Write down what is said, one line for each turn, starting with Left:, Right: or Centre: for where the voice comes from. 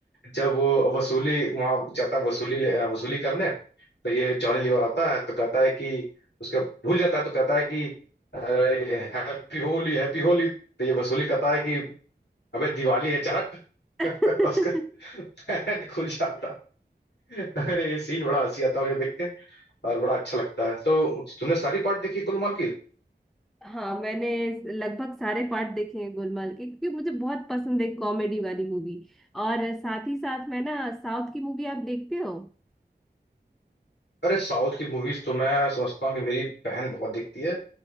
Left: जब वो वसूली वहां जाता है वसूली ले- वसूली करने तो ये जॉनी लीवर आता है तो कहता है कि उसका भूल जाता है तो कहता है कि अरे हैप्पी होली हैप्पी होली तो ये वसूली कहता है कि अबे दिवाली है चल हट <laughs>
Centre: <laughs>
Left: उसका पैंट खुल जाता है। अरे ये सीन बड़ा हंसी आता है मुझे देख के और बड़ा अच्छा लगता है तो तुमने सारी पार्ट देखी गुलमाल की
Centre: हाँ मैंने लगभग सारे पार्ट देखे हैं गोलमाल के क्योंकि मुझे बहुत पसंद है कॉमेडी वाली मूवी और साथ ही साथ मैं ना साउथ की मूवी आप देखते हो
Left: अरे साउथ की मूवीज तो मैं समझता हूँ कि मेरी बहन बहुत देखती है